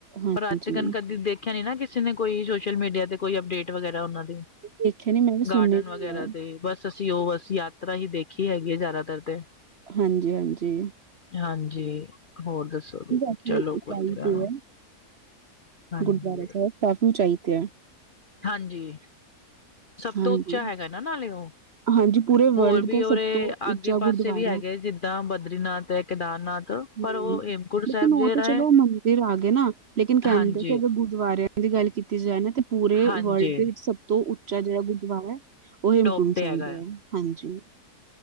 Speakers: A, on the right (about 55°); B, on the left (about 50°).
A: ਹਾਂਜੀ,
B: ਪਰ ਅੱਜ ਤਕਨ ਕਦੀ ਦੇ- ਦੇਖਿਆ ਨੀ ਨਾ, ਕਿਸੇ ਨੇ ਕੋਈ ਸੋਸ਼ਲ ਮੀਡੀਆ ਤੇ ਕੋਈ ਅਪਡੇਟ ਵਗੈਰਾ ਉਹਨਾਂ ਦੀ,
A: ਦੇਖਿਆ ਨੀ ਮੈਂ ਵੀ ਸੁਣਿਆ
B: ਗਾਰਡਨ
A: ਵੀ
B: ਵਗੈਰਾ।
A: ਐ,
B: ਤੇ ਬਸ ਅਸੀਂ ਉ ਬਸ ਯਾਤਰਾ ਹੀ ਦੇਖੀ ਹੈਗੀ ਹੈ ਜ਼ਿਆਦਾਤਰ ਤੇ।
A: ਹਾਂਜੀ -ਹਾਂਜੀ।
B: ਹਾਂਜੀ, ਹੋਰ ਦੱਸੋ? ਜੀ
A: ਵੈਸੇ
B: ਚਲੋ
A: ਉਚਾਈ
B: ਵਧੀਆ
A: ਤੇ ਐ,
B: ਹਾਂਜੀ
A: ਗੁਰਦੁਆਰਾ ਸਾਹਿਬ ਕਾਫ਼ੀ ਉਚਾਈ ਤੇ ਐ।
B: ਹਾਂਜੀ, ਸਭ
A: ਹਾਂਜੀ।
B: ਤੋਂ ਉੱਚਾ ਹੈਗਾ ਨਾ, ਨਾਲੇ ਉ।
A: ਹਾਂਜੀ, ਪੂਰੇ
B: ਹੋਰ
A: ਵਰਲਡ
B: ਵੀ
A: ਦਾ
B: ਉਰੇ
A: ਸਭ ਤੋਂ
B: ਆਗੇ
A: ਉੱਚਾ
B: ਪਾਸੇ
A: ਗੁਰਦੁਆਰਾ
B: ਵੀ ਹੈਗੇ ਜਿਨ- ਤਾ ਬਦਰੀਨਾਥ ਐ, ਕੇਦਾਰਨਾਥ,
A: ਹੂੰ,
B: ਪਰ ਉਹ ਹੇਮਕੂਂਟ
A: ਲੇਕਿਨ
B: ਸਾਹਿਬ।
A: ਉਹ
B: ਜਿਹੜਾ
A: ਤੇ ਚਲੋ
B: ਹੈ
A: ਉ ਮੰਦਿਰ ਆ ਗਏ ਨਾ, ਲੇਕਿਨ ਕਹਿੰਦੇ
B: ਹਾਂਜੀ
A: ਕਿ ਅਗਰ ਗੁਰਦੁਆਰਿਆਂ ਦੀ ਗੱਲ ਕੀਤੀ ਜਾਏ ਨਾ, ਤੇ ਪੂਰੇ
B: ਹਾਂਜੀ
A: ਵਰਲਡ ਦੇ ਵਿੱਚ ਸਭ ਤੋਂ ਉੱਚਾ ਜਿਹੜਾ ਗੁਰਦੁਆਰਾ ਹੈ। ਉ ਹੇਮਕੁੰਟ
B: ਟੋਪ
A: ਸਾਹਿਬ
B: ਤੇ ਹੈਗਾ
A: ਹੈ, ਹਾਂਜੀ।